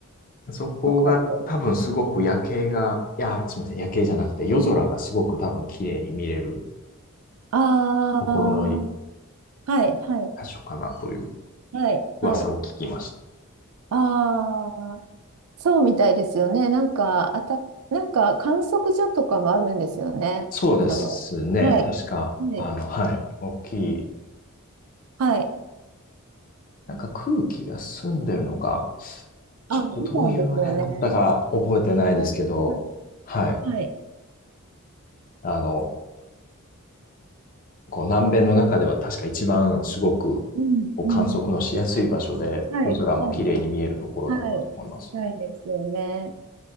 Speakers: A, on the left; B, on the right.
A: そこが多分すごく夜景が、
B: よかったです。
A: いや、すみません、夜景じゃなくて夜空がすごく多分綺麗に見れる
B: ああ、
A: ところの一
B: はい、はい、
A: 箇所かなという
B: はい、
A: 噂を聞きました。
B: はい。ああ、そうみたいですよね。なんか、あた、なんか観測所とかもあるんですよね。
A: そうですね、
B: その、はい。
A: 確か、
B: はい。
A: あの、はい、大きい、
B: はい。
A: なんか空気が澄んでるのか、
B: あ、
A: ちょっとどういうあれだったか覚えてないですけど、
B: みたいですよね。うんはい。
A: はい。
B: はい。
A: あの、こう南米の中では確か一番すごくこう観測のしやすい場所で、
B: うん。うん。はい。
A: 夜空も綺麗に見えるところだったと思います。
B: はい。はい。ないですよね。